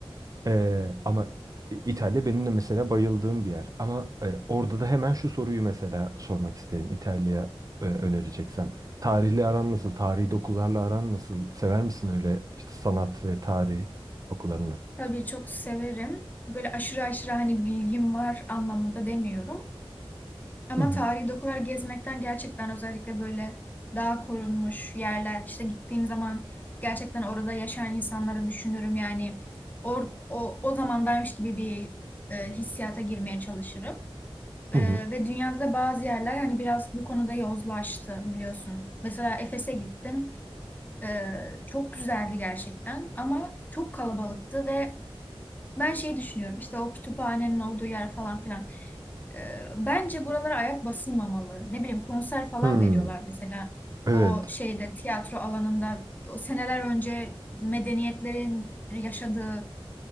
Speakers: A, on the right; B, on the left.
A: Ee, ama İ- İtalya benim de mesela bayıldığım bir yer. Ama e, orada da hemen şu soruyu mesela sormak isterim. İtalya e, önereceksem. Tarihle aran nasıl? Tarihi dokularla aran nasıl? Sever misin öyle işte sanat ve tarih dokularını?
B: Tabii çok severim. Böyle aşırı aşırı hani bilgim var anlamında demiyorum. Ama
A: Hı hı.
B: tarihi dokular gezmekten gerçekten özellikle böyle daha korunmuş yerler işte gittiğim zaman gerçekten orada yaşayan insanları düşünürüm yani or, o, o zamandaymış gibi bir e, hissiyata girmeye çalışırım. E,
A: Hı hı.
B: ve dünyada da bazı yerler hani biraz bu konuda yozlaştı biliyorsun. Mesela Efes'e gittim. E, çok güzeldi gerçekten ama çok kalabalıktı ve ben şey düşünüyorum işte o kütüphanenin olduğu yer falan filan. Ee, bence buralara ayak basılmamalı. Ne bileyim konser falan
A: Hmm,
B: veriyorlar mesela.
A: evet.
B: O şeyde tiyatro alanında o seneler önce medeniyetlerin yaşadığı